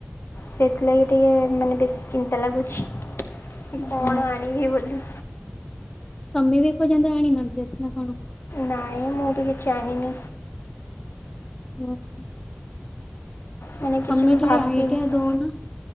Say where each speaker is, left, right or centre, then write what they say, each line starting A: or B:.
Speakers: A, on the left (about 65°); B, on the left (about 20°).
A: ସେଥିଲାଗି ଟିକେ ମାନେ ବେଶୀ ଚିନ୍ତା ଲାଗୁଛି କି କଣ
B: ହଁ
A: ଆଣିବି ବୋଲି।
B: ତମେ ବି ଏ ପର୍ଯ୍ୟନ୍ତ ଆଣିନ ଡ୍ରେସ ନା କଣ?
A: ନାଇଁ ମୁଁ ବି କିଛି ଆଣିନି।
B: <unintelligible>
A: ମାନେ କିଛି
B: ତମେ
A: ବି
B: ଟିକେ
A: ଭାବିନି।
B: ଆଇଡିଆ ଦଉନ